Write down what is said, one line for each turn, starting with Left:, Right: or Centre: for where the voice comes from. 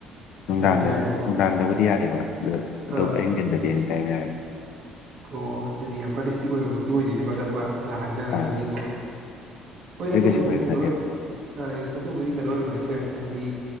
Left: ꯅꯨꯡꯗꯥꯡꯗ
Right: ꯏꯇꯥꯝ ꯌꯥꯏꯑꯕꯀꯣ
Left: ꯅꯨꯡꯗꯥꯡꯗꯕꯨꯗꯤ ꯌꯥꯗꯦꯕ ꯑꯗꯣ ꯑꯇꯣꯞꯄ
Right: ꯑꯥ
Left: ꯑꯌꯨꯛ ꯅꯨꯡꯊꯤꯟꯗꯗꯤ ꯑꯦꯅꯤ ꯇꯥꯏꯝ ꯌꯥꯏꯕ
Right: ꯑꯣ ꯑꯗꯨꯗꯤ ꯌꯥꯝ ꯀꯟꯅ ꯗꯤ ꯏꯁꯇꯤꯛ ꯑꯣꯏꯕ ꯃꯛꯇꯤ ꯑꯣꯏꯗꯦꯅꯦꯀꯣ ꯇꯛꯄꯒ ꯍꯥꯏꯅꯔꯒꯗꯤꯀꯣ
Left: ꯑꯥ
Right: ꯍꯣꯏꯗ
Left: ꯏꯁꯇ꯭ꯔꯤꯛ
Right: ꯑꯗꯨꯕꯨꯗꯤ
Left: ꯀꯩꯁꯨ ꯑꯣꯏꯕ
Right: ꯀꯩꯅꯣ
Left: ꯅꯠꯇꯦꯗ
Right: ꯑ ꯑꯗꯨꯕꯨꯗꯤ ꯀꯩꯅꯣ ꯑꯣꯏꯔꯝꯕꯁꯨ ꯌꯥꯏ ꯍꯥꯏꯗꯤ